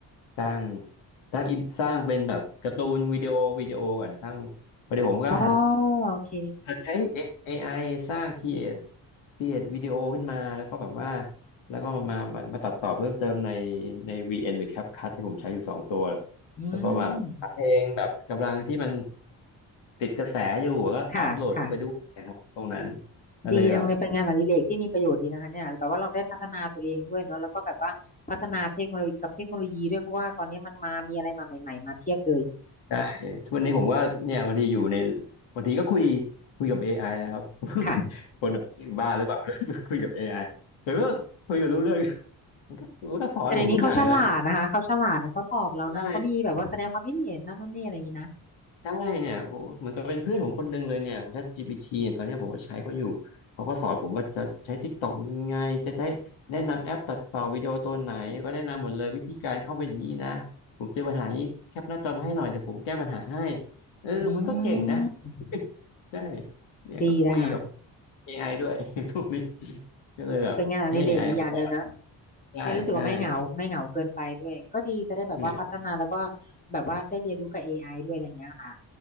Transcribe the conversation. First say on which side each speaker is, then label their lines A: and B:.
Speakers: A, on the left (about 80°); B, on the left (about 20°).
A: สร้างสร้างอินสร้างเป็นแบบการ์ตูนวิดีโอวิดีโอก่อนสร้างพอดีผมก็หัด
B: อ๋อโอเค
A: หัดใช้ A- ไ i สร้างครีเอทครีเอทวิดีโอขึ้นมาแล้วก็แบบว่าแล้วก็มามามามาตัดต่อเพิ่มเติมในใน VN หรือ CapCut ที่ผมใช้อยู่สองตัว
B: อืม
A: แล้วก็แบบหาเพลงแบบกำลังที่มันติดกระแสอยู่ก็อัปโหลดเข้าไปด้วยนะครับตรงนั้น
B: ค่ะค่ะ
A: ก็เลยแบบ
B: ดีจังเลยเป็นงานอดิเรกที่มีประโยชน์ดีนะคะเนี่ยแบบว่าเราได้พัฒนาตัวเองด้วยเนอะแล้วก็แบบว่าพัฒนาเทคโนโลยีกับเทคโนโลยีด้วยเพราะว่าตอนนี้มันมามีอะไรมาใหม่ๆมาเพียบเลย
A: ใช่ทุกวันนี้ผมก็เนี่ยบางทีอยู่ในบางทีก็คุยคุยกับ AI นะครับ <laughs>
B: ค่ะ
A: คนแบบบ้าหรือเปล่า <laughs> คุยกับ AI แต่ว่าคุยกับรู้เรื่อง <laughs> มันก็มันก็สอนผมทุกอย่างนะ
B: แต่เดี๋ยวนี้เขาฉลาดนะคะเขาฉลาดนะเขาตอบเรานะเขามีแบบว่าแสดงความคิดเห็นนั่นนู่นนี่อะไรอย่างนี้นะ
A: ใช่ ได้เนี่ยผมเหมือนกับเป็นเพื่อนผมคนหนึ่งเลยเนี่ย ChatGPT เนี่ยตอนเนี้ยผมก็ใช้เขาอยู่เขาก็สอนผมว่าจะใช้ TikTok ยังไงจะใช้แนะนำแอปตัดต่อวิดีโอตัวไหนก็แนะนำหมดเลยวิธีการเข้าไปอย่างนี้นะผมเจอปัญหานี้แคปหน้าจอมาให้หน่อยเดี๋ยวผมแก้ปัญหาให้เออมันก็เก่งนะ
B: อืม
A: <laughs> ใช่เนี่ยก็คุยกับ
B: ดีนะคะ
A: AI ด้วย <laughs> ทุกนี้ก็เลยแบบให้
B: เป็นงานอดิเรกอีกอย่างหนึ่งนะ
A: AI มาสอนใช่ใช่ครับ
B: ให้รู้สึกว่าไม่เหงาไม่เหงาเกินไปด้วยก็ดีจะได้แบบว่าพัฒนาแล้วก็
A: เหงา
B: แบบว่าได้เรียนรู้กับเอไอด้วยอะไรอย่างเงี้ยค่ะ